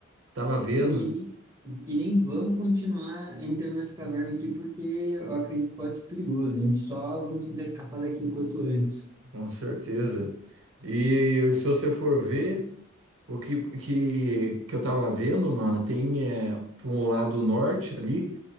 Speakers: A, on the right; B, on the right.
A: tava vendo,
B: nem, nem- e nem vamos continuar entrando nessa caverna aqui, porque eu acredito que pode ser perigoso. A gente só vamos tentar escapar daqui o quanto antes.
A: com certeza. E se você for ver. O que, que, que eu tava vendo, mano, tem é, pro lado norte ali,